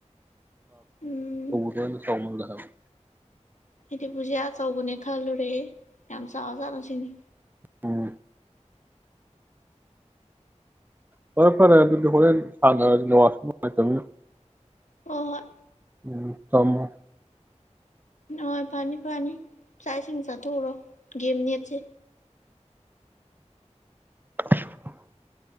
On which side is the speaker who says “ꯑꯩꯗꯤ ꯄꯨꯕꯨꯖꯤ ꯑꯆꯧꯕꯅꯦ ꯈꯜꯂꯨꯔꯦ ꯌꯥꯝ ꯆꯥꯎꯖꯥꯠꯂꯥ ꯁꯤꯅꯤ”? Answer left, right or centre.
Left